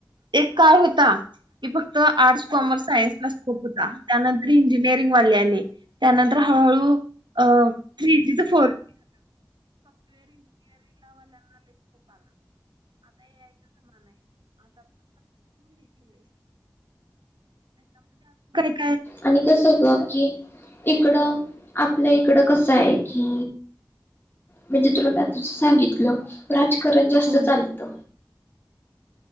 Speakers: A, on the right (about 85°); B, on the left (about 25°).
A: एक कार होता कि फक्त आर्टस कॉमर्स सायन्स ला खप होता त्यानंतर इंजिनिअरिंग वाले आले त्यानंतर हळूहळू अ थ्री जी तर फोन <inaudible>
B: आणि कसं गं की इकडं आप आपल इकडं कस आहे, की म्हणजे तुला म आता सांगितलं करत जास्त
A: हं.
B: चालत